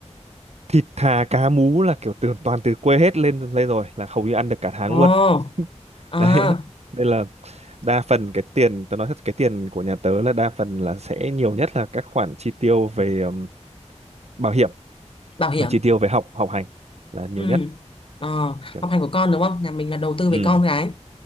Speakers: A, on the right; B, on the left.
A: thịt thà cá mú là kiểu từ toàn từ quê hết lên lên rồi là hầu như ăn được cả tháng
B: ờ
A: luôn <laughs>
B: à
A: đấy nên là đa phần cái tiền tớ nói thật cái tiền của nhà tớ là đa phần là sẽ nhiều nhất là các khoản chi tiêu về ừm, bảo hiểm
B: bảo hiểm
A: và chi tiêu về học học hành là nhiều
B: ừ
A: nhất
B: ờ
A: kiểu
B: học hành của con đúng không nhà mình là đầu tư
A: ừ
B: về con cái